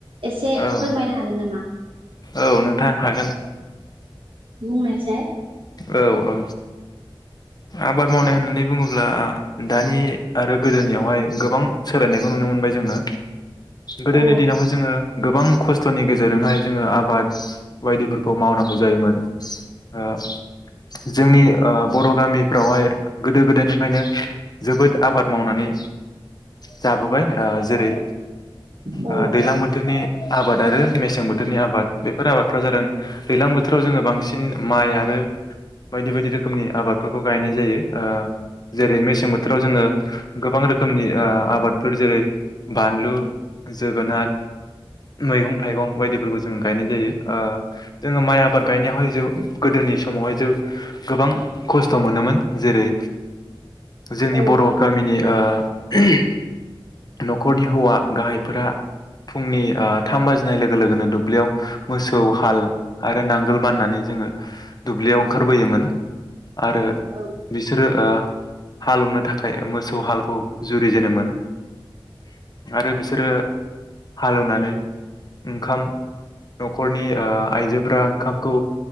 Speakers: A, on the right (about 70°); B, on the left (about 45°).
A: एसे
B: औ
A: फोरमायनो हागोन नामा।
B: औ नोंथां हागोन
A: बुंनायसाय
B: औ औ आबाद मावनाय होननानै बुङोब्ला दानि आरो गोदोनियावहाय गोबां सोलायनायखौ नुनो मोनबाय जोंङो। गोदोनि
A: औ
B: दिनावहाय जोंङो गोबां खस्थ'नि गेजेरजोंहाय जोंङो आबाद बायदिफोरखौ मावनांगौ जायोमोन ओ जोंनि ओ बर' गामिफ्रावहाय गोदो-गोदायनिफ्रायनो जोबोद आबाद मावनानै जाबोबाय ओ जेरै
A: औ
B: ओ दैलां बोथोरनि आबाद आरो मेसें बोथोरनि आबाद बेफोर आबादफ्रा जादों दैलां बोथोराव जोंङो बांसिन माइ आरो बायदि-बायदि रोखोमनि आबादफोरखौ गायनाय जायो ओ जेरै मेसें बोथोराव जोंङो गोबां रो खोमनि ओ आबादफोर जेरै बानलु जोगोनार मैगं थाइगं बायदिफोरखौ जों गायनाय जायो ओ जोंङो माइ आबाद गायनायावहाय जो गोदोनि समावहाय जो गोबां खस्थ' मोनोमोन जेरै जोंनि
A: औ
B: बर'गामिनि ओ ओम न'खरनि हौवा गाहायफोरा फुंनि ओ थाम बाजिनाय लोगो लोगोनो दुब्लियाव मोसौ हाल आरो नांगोल बाननानै जोङो दुब्लियाव ओंखारबोयोमोन। आरो
A: औ
B: बिसोरो ओ हालौवनो थाखाय मोसौ हालखौ जुरिजेनोमोन आरो बिसोरो हालेवनानै ओंखाम न'खरनि ओ आइजोफ्रा ओंखामखौ